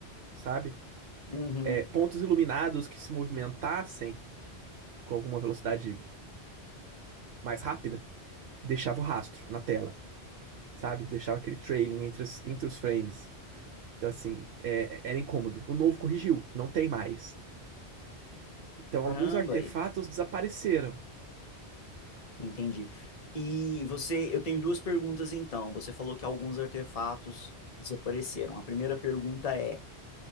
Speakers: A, on the right; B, on the left.
A: sabe?
B: uhum.
A: É, pontos iluminados que se movimentassem com alguma velocidade mais rápida, deixava o rastro na tela. sabe? Deixava aquele trailing entre os, entre os frames. Então, assim, é- era incômodo. O novo corrigiu, não tem mais. Então,
B: Caramba,
A: alguns artefatos desapareceram.
B: Entendi. E você, eu tenho duas perguntas então. Você falou que alguns artefatos desapareceram. A primeira pergunta é: